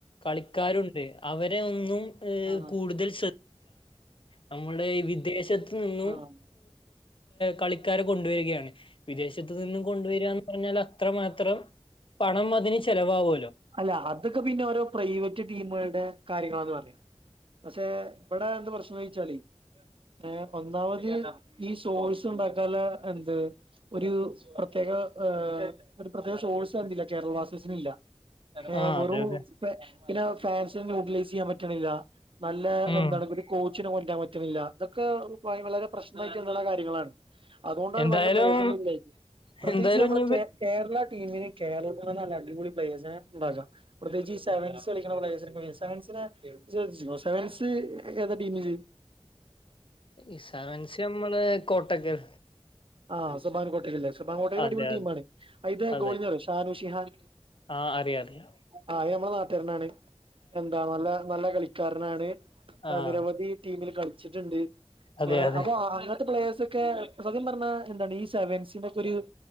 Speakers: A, on the left; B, on the right.
A: കളിക്കാരുണ്ട് അവരെ ഒന്നും ഏ
B: ആഹ്
A: കൂടുതൽ ശ്ര നമ്മുടെ ഈ വിദേശത്ത് നിന്നും
B: ആഹ്
A: കളി ക്കാരെ കൊണ്ടുവരികയാണ് വിദേശത്തു നിന്നും കൊണ്ടുവര പറഞ്ഞാൽ അത്രമാത്രം പണം അതിന് ചെലവാവു
B: അല്ല അതൊക്കെ പിന്നെ ഓരോ പ്രൈവറ്റ് ടീമുകളുടെ കാര്യങ്ങളാന്ന് പറയാം. പക്ഷെ ഇവിടെ എന്ത് പ്രശ്നം ന്ന് ഒയ്ച്ചാല് ഏഹ് ഒന്നാമത് ഈ സോഴ്സ് ഉണ്ടാക്കാല എന്ത് ഒരു പ്രത്യേ ഏ ഒരു പ്രത്യേക സോഴ്സ് എന്തില്ല കേരള ബ്ലാസ്റ്റേഴ്‌സ്ന് ഇല്ല ഏഹ്
A: ആഹ്
B: വെറും
A: അതെ അതെ
B: പിന്നെ ഫാൻസിനെ ന്യൂട്ലൈസ് ചെയ്യാൻ പറ്റണില്ല നല്ല
A: ഉം
B: എന്താണ് ഒരു കോച്ചിനെ കൊണ്ടരാൻ പറ്റണില്ല. ഇതൊക്കെ വളരെ പ്രശ്നായിട്ട് ഉ ള്ള കാര്യങ്ങളാണ് അതുകൊണ്ടാണ്
A: എന്തായാലും
B: നല്ല പ്ലേയേഴ്‌സ് ഒന്നും <unintelligible> പ്രത്യേകിച്ച്
A: എന്തായാലും
B: നമ്മടെ
A: ഇനി വ്
B: കേരള ടീമിന് കേരളത്തിൽ തന്നെ നല്ല അടിപൊളി പ്ലേയേഴ്സ് ഉണ്ടാകാം പ്രത്യേകിച്ച് ഈ സെവൻസ് കളിക്കണ പ്ലേയേഴ്സിനെപോലെ സെവൻസിനെ ശ്രദ്ധിച്ചിട്ടുണ്ടോ സെവൻസ് ഏതാ ടീം ഇജ്ജ്
A: ഈ സെവൻസ് നമ്മള് കോട്ടക്കൽ
B: ആഹ് സുബാൻ കോട്ടൽല്ലേ ആഹ് സുബാൻ കോട്ടയിൽ
A: അതെ
B: അടിപൊളി ടീമാണ്
A: അതെ
B: ഇത്
A: അതെ
B: ഗോളീനെ അറിയുവോ ഷാനു ഷിഹാൻ
A: ആഹ് അറിയാ അറിയാ
B: ആഹ് അയ് നമ്മള നാട്ടരനാണ് എന്താ നല്ല നല്ല കളിക്കാരനാണ്.
A: ആഹ്
B: നിരവധി ടീമിൽ കളിച്ചിട്ടുണ്ട്
A: അതെ അതെ
B: അപ്പൊ അങ്ങനത്തെ പ്ലേയേഴസ് ഒ ക്കെ സത്യം പറഞ്ഞാ എന്താണ് ഈ സെവൻസിനൊക്കെ ഒരു